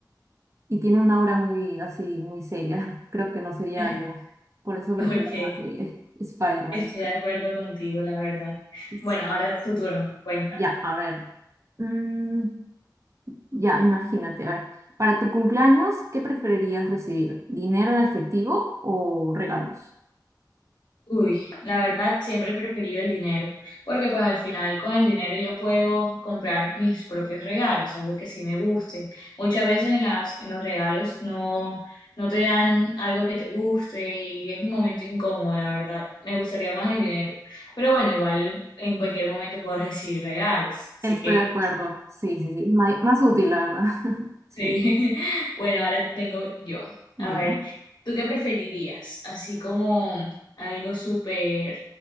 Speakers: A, on the right (about 40°); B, on the left (about 80°).
A: y tiene una aura muy así, muy seria. <laughs> Creo que no sería
B: <laughs>
A: yo. Por eso prefiero
B: ok,
A: más eh, Spider-Man.
B: estoy de acuerdo contigo, la verdad.
A: Sí.
B: Bueno, ahora tu turno, cuéntame.
A: Ya, a ver. Mm, ya, imagínate, a ver. Para tu cumpleaños, ¿qué preferirías recibir? ¿Dinero en efectivo o regalos?
B: Uy, la verdad siempre he preferido el dinero, porque pues al final con el dinero yo puedo comprar mis propios regalos, algo que sí me guste. Muchas veces en las, en los regalos no, no te dan algo que te guste y es un momento incómodo, la verdad. Me gustaría más el dinero, pero bueno, igual en cualquier momento puedo recibir regalos, así
A: Estoy
B: que
A: de acuerdo. Sí, sí, sí. Ma- más útil, la verdad. <laughs> Sí.
B: Sí. <laughs> Bueno, ahora vengo yo.
A: Ya.
B: A ver, ¿tú qué preferirías? Así como algo súper,